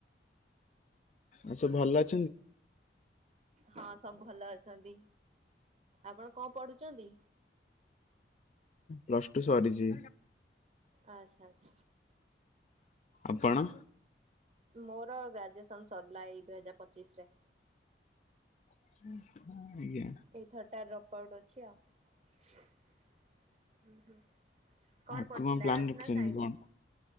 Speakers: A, on the left; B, on the right.
A: ଆଉ ସବ ଭଲ ଅଛି?
B: ହଁ ସବୁ ଭଲ ଅଛନ୍ତି। ଆପଣ କଣ ପଢୁଛନ୍ତି?
A: ପ୍ଲସ୍ ଟୁ ସରିଛି।
B: ଆଚ୍ଛା ଆଚ୍ଛା
A: ଆପଣ?
B: ମୋର ଗ୍ରାଜୁଏସନ ସରିଲା, ଏଇ ଦୁଇ ହଜାର ପଚିଶ ରେ
A: ହଁ ଆଜ୍ଞା।
B: ଏଇଥରଟ ରପ୍ ଆଉଟ ଅଛି ଆଉ କଣ
A: ଆଗକୁ
B: ପଢୁଥିଲେ
A: ପ୍ଲାନ୍
B: ଆର୍ଟସ
A: ରଖିଛନ୍ତି
B: ନା ସାଇନ୍ସ?
A: କଣ?